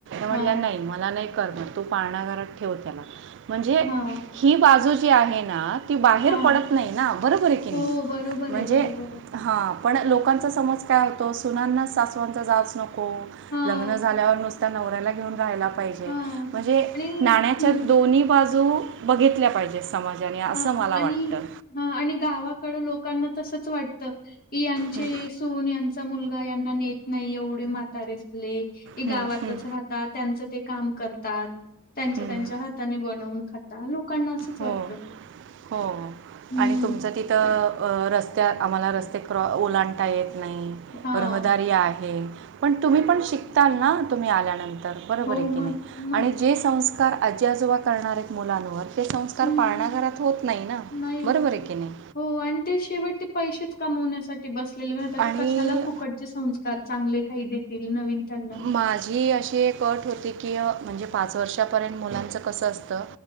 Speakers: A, on the right; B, on the left.
A: म्हटल्या
B: हां,
A: नाही मला नाही. करणार तू पाळणा घरात ठेव त्याला म्हणजे
B: हां,
A: ही बाजू जी आहे ना. ती बाहेर
B: हां.
A: पडत नाही ना बरोंबर आहे की, नाही
B: हो, बरोबर
A: म्हणजे
B: आहे, बरोबर आहे.
A: हां पण लोकांचा समज काय होतो, सुनांना सासवांचा जाच नको
B: हां,
A: लग्न झाल्यावर नुसतं नवऱ्याला घेऊन राहायला पाहिजे
B: हां.
A: म्हणजे
B: आणि
A: नाण्याच्या
B: हं,
A: दोन्ही बाजू. जू बघितल्या पाहिजे. समाजाने असं
B: ह
A: मला वाटतं
B: आणि ह आणि गावाकड लोकांना तस. असच वाटत की, यांची
A: हं,
B: सून यांचा मुलगा यांना नेत नाही एवढे म्हातारे झाले ते
A: हं,
B: गावातच
A: हं,
B: राहतात त्यांच ते काम करतात. त्यांच्या
A: हं,
B: त्यांच्या हाताने बनवून खाता लोकांना असंच
A: हो
B: वाटतं.
A: हो
B: हं.
A: आणि तुमच तिथ रस्त्या आम्हाला रस् ते क्रॉ ओलांडता येत नाही
B: हां.
A: रहदारी आहे. पण तुम्ही पण शिकताल ना तुम्ही आल्यानंतर बरोबर
B: हो,
A: आहे की
B: मग
A: नाही
B: मग.
A: आणि जे संस्कार आजी आजोबा करणार आहेत मुलांवर. संस्कार
B: हं.
A: पाळणाघरात होत नाही ना
B: नाही
A: बरोबर
B: होत.
A: आहे की, नाही.
B: हो आणि ते शेवट ते पैसेच कमवण्यासाठी बसलेले आता
A: आणि
B: ते कशाला फुकटचे संस्कार चांगले काही देतील नवीन. त्यांना.
A: माझी अशी एक अट होती की म्हणजे पाच वर्षापर्यंत मुलांचं कसं असतं